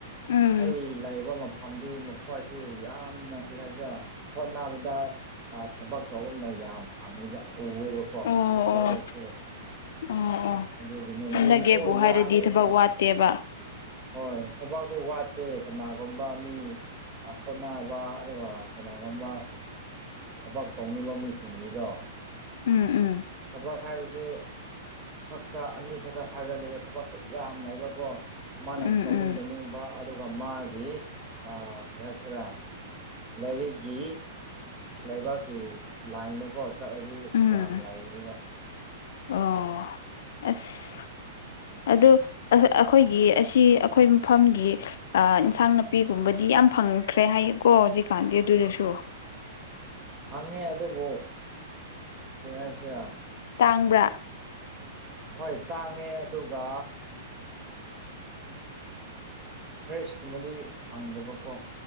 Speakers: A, on the left; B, on the right.
A: ꯎꯝ
B: ꯑꯩ ꯂꯩꯕ ꯃꯝꯗꯤ ꯃꯈꯣꯏꯁꯤ ꯌꯥꯝꯅ ꯀꯔꯤ ꯍꯥꯏꯁꯦ ꯍꯣꯠꯅꯕꯗ ꯊꯕꯛ ꯇꯧꯕꯔꯅ ꯌꯥꯝ ꯍꯪꯉꯤꯕ ꯎꯋꯦꯕꯀꯣ
A: ꯑꯣ
B: ꯃꯈꯣꯏꯁꯦ
A: ꯑꯣ ꯑꯣ ꯑꯣ
B: ꯑꯗꯨꯒꯤꯅꯦ
A: ꯍꯟꯗꯛꯒꯦꯕꯨ
B: ꯃꯤ ꯑꯣ
A: ꯍꯥꯏꯔꯗꯤ
B: ꯌꯥꯃꯤꯅꯤ
A: ꯊꯕꯛ ꯋꯥꯠꯇꯦꯕ
B: ꯍꯣꯏ ꯊꯕꯥꯛꯇꯤ ꯋꯥꯠꯇꯦ ꯀꯅꯥꯒꯨꯝꯕ ꯃꯤ ꯍꯣꯠꯅꯕ ꯑꯗꯨꯒ ꯑꯩꯈꯣꯏꯅꯥꯒꯨꯝꯕ ꯊꯕꯛ ꯇꯧꯅꯤꯡꯕ ꯃꯤꯁꯤꯡꯁꯤꯗꯣ
A: ꯎꯝ ꯎꯝ
B: ꯊꯕ ꯈꯥꯏꯔꯁꯦ ꯈꯛꯇ ꯑꯅꯤ ꯈꯛꯇ ꯍꯥꯏꯕꯗ ꯂꯩꯕ ꯊꯕꯛꯁꯦ ꯌꯥꯝꯅꯏꯕꯀꯣ ꯃꯥꯅ
A: ꯎꯝ
B: ꯇꯧꯅꯤꯡ
A: ꯎꯝ
B: ꯇꯧꯅꯤꯡꯕ ꯑꯗꯨꯒ ꯃꯥꯒꯤ ꯀꯩ ꯍꯥꯏꯁꯤꯔ ꯂꯥꯏꯔꯤꯛꯀꯤ ꯂꯩꯕꯥꯛꯀꯤ ꯂꯥꯏꯟꯗꯀꯣ ꯆꯠꯂꯗꯤ
A: ꯎꯝ
B: ꯌꯥꯝ ꯂꯥꯏ ꯏ
A: ꯑꯣ ꯑꯁ
B: <unintelligible>
A: ꯑ ꯑꯩꯈꯣꯏꯒꯤ ꯑꯁꯤ ꯑꯩꯈꯣꯏ ꯃꯐꯝꯒꯤ ꯏꯟꯁꯥꯡ ꯅꯥꯄꯤꯒꯨꯝꯕꯗꯤ ꯌꯥꯝ ꯐꯪꯈ꯭ꯔꯦ ꯍꯥꯏꯌꯨꯀꯣ ꯍꯧꯖꯤꯛꯀꯥꯟꯗꯤ ꯑꯗꯨꯗꯨꯁꯨ
B: ꯍꯪꯉꯦ ꯑꯗꯨꯕꯨ ꯀꯩ ꯍꯥꯏꯁꯤꯔ
A: ꯇꯥꯡꯕ꯭ꯔꯥ
B: ꯍꯣꯏ ꯇꯥꯡꯉꯦ ꯑꯗꯨꯒ ꯐ꯭ꯔꯦꯁ ꯀꯨꯝꯕꯗꯤ ꯐꯪꯗꯕꯀꯣ